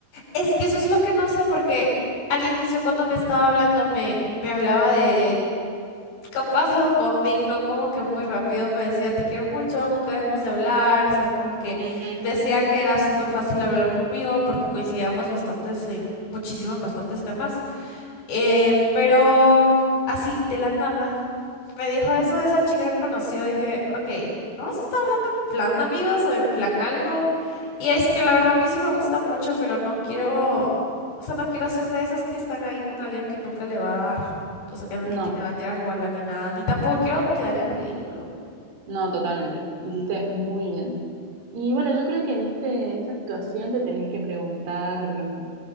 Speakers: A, on the left (about 80°); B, on the right (about 70°).
A: Es que eso es lo que no sé porque al inicio cuando me estaba hablando me, me hablaba de... capaz love bombing, ¿no? Como que muy rápido me decía, te quiero mucho, nunca dejemos de hablar, o sea, como que
B: Ujú.
A: decía que era súper fácil hablar conmigo porque coincidíamos bastantes en muchísimo en bastantes temas. Eh, pero así, de la nada. Me dijo eso de esa chica que conoció. Dije, ok, ¿vamos a estar hablando en plan amigos o en plan algo? Y es que la verdad a mí sí me gusta mucho, pero no quiero, o sea, no quiero ser de esas que están ahí con alguien que nunca le va a dar, o sea, que, no-
B: No.
A: que le va a tirar bola ni nada, ni tampoco quiero quedar en ridículo.
B: No, totalmente. Hiciste muy bien. Y bueno, yo creo que en este, en esta situación te tenés que preguntar, mm,